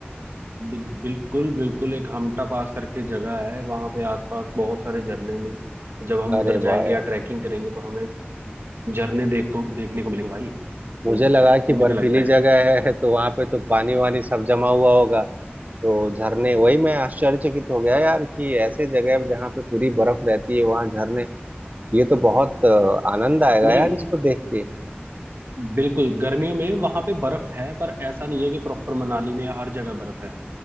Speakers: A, on the right; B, on the right.
A: बिल, बिल्कुल बिल्कुल एक हमटा पास करके जगह है वहां पे आसपास बहुत सारे झरने मिल जब हम
B: अरे
A: उधर
B: वाह
A: जाएंगे
B: यार
A: या ट्रैकिंग करेंगे तो हमें झरने देख को देखने को मिलेंगे भाई
B: मुझे
A: तो
B: लगा कि
A: तुम्हें
B: बर्फीली
A: क्या लगता है
B: जगह है तो वहां पे तो पानी वानी सब जमा हुआ होगा तो झरने वही मैं आश्चर्यचकित हो गया यार कि ऐसे जगह जहाँ पे पूरी बर्फ रहती है वहां झरने ये तो बहुत अ, आनंद आएगा
A: नहीं
B: यार इसको देख के
A: बिल्कुल गर्मियों में वहां पे बर्फ है पर ऐसा नहीं है कि प्रॉपर मनाली में हर जगह बर्फ है